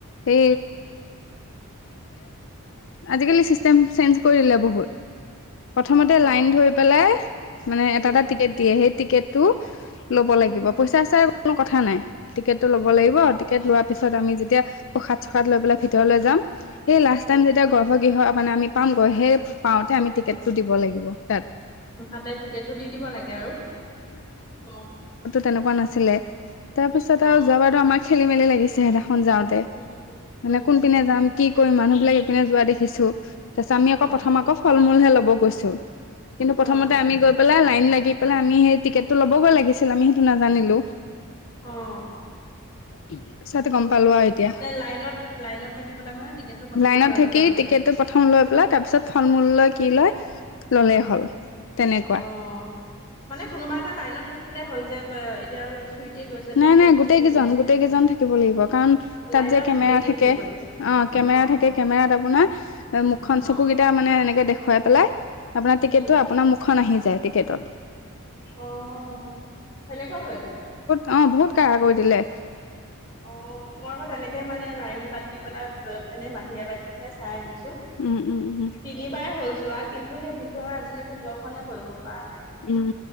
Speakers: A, on the left (about 60°); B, on the left (about 15°).
A: হ আজালি চিষ্টেম চেঞ্জ কৰি দিলে বহুত। প্ৰথমতে
B: অ
A: লাইন ধৰি পেলাই মানে
B: উম,
A: এটা এটা টিকেট দিয়ে সেই টিকট। তো। ল'ব
B: উম,
A: লাগিব পইচা চাই। কোনো কথা নাই। টিকেটটো ল'ব
B: উম,
A: লাগিব টিকেট লোৱাৰ পিছত আমি যেতিয়া। প্ৰসাদ চসাদ লৈ পেলাই ভিতৰলৈ যাম। সেই লাষ্ট
B: উম,
A: টাইমতিয়া গৰ্ভ কিহ। মানে আমি পামগৈ সেই। পাওঁতে
B: উম,
A: আমি টিকেটটো দিব লাগিব। তাত।
B: তাতে টিকেটটো দি দিব লাগে আৰু অ।
A: তেনেকোৱা। আছিলে তাৰপিছত
B: অ',
A: আৰু যাবাৰো আমাৰ। খেল মেলি লাগিছে সিঁদিনাখন যাওঁতে।
B: উম,
A: মানে
B: উম,
A: কোনপিনে যাম। কি কৰিম মানুহ বিলাক এইপিনে যোৱা দেখিছো। তাৰিছ
B: অ',
A: আকৌ প্ৰথম আকৌ ফল মূল। হে ল'ব কৈছো। কিন্তু প্ৰথমতে
B: অ',
A: আমি গৈ পেলাই নাই। লাগি পেলাই আমি সেই টিকেটটো ল'বগৈ লাগিছিল আমি সেইটো নাজানিলো।
B: অহ।
A: পইছা গম পালো আৰু এতিয়া।
B: লাইনত লাইনত থাকি পেলাই মানে টিকেটটো প্ৰথমে
A: লাইনত
B: লৈ
A: থাকি
B: ল'ব লাগে।
A: টিকেটটো প্ৰথম লৈ পেলাই তাৰ পিছত ফল মূল লৈ। কি লয় ললেই
B: উম,
A: হ'ল তেনেকুৱা।
B: অ'। মানে কোনোবা এটা লাইনত থাকিলে হ'ল যে এতিয়া চুইটি গৈছে ধৰা
A: নাই
B: চুইটি
A: -নাই গোটেই
B: থাকি
A: কেইজন
B: দিলে।
A: -গোটেই কেইজন থাকিব লাগিব কাৰণ
B: লাইনত
A: তাত যে কেমেৰা
B: গোটেই কেইজন
A: থাকে
B: থাকিব লাগিব।
A: অহ কেমেৰা
B: অ',
A: থাকে কেমেৰাত আপোনাৰ মুখখন,
B: অ',
A: চকুকেইটা মানে এনেকে দে খোৱাই পেলাই আপোনাৰ টিকেটটো
B: উম,
A: আপোনাৰ মুখখন আহি যা যায় টিকেটত।
B: অহ, সেনেকুৱা হল।
A: অহ, বহুত কাঢ়া কৰি দিলে লে।
B: অহ, মই আকৌ তেনেকে মানে লাইন পাতি পেলাই লৈ পিনে বাহিৰে -বাহিৰে চাই আহিছোঁ। <unintelligible>
A: উম উম উম
B: তিনিবাৰে হ'ল যোৱা কিন্তু সেই ভিতৰ আজিলৈ এতিয়া দৰ্শনে কৰিব। পা নাই
A: উম,